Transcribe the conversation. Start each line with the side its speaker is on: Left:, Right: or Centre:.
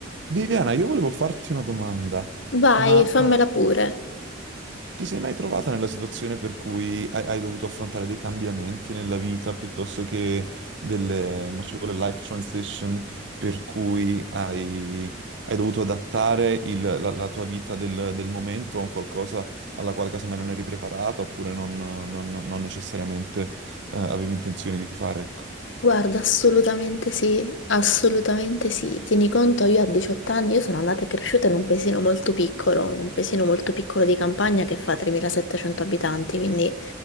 Right: Viviana, io volevo farti una domanda,
Left: Vai,
Right: ma
Left: fammela
Right: eh,
Left: pure.
Right: ti sei mai trovata nella situazione per cui hai, hai dovuto affrontare dei cambiamenti nella vita piuttosto che delle, mo ci vuole life transition, per cui hai, hai dovuto adattare il- la, la tua vita del, del momento a un qualcosa alla quale casomai non eri preparata oppure non, non- non necessariamente eh, avevi intenzione di fare, ecco.
Left: Guarda, assolutamente sì, assolutamente sì. Tieni conto, io a 18 anni, io sono nata e cresciuta in un paesino molto piccolo, in un paesino molto piccolo di campagna che fa 3.700 abitanti, quindi